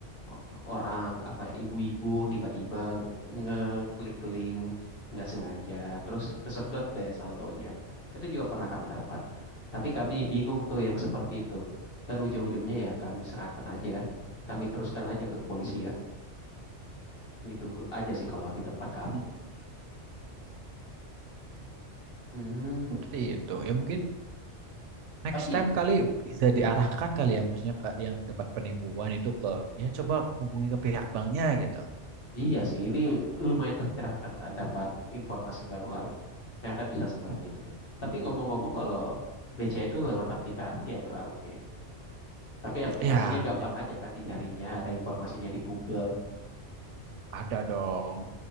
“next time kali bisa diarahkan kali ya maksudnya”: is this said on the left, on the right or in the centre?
Right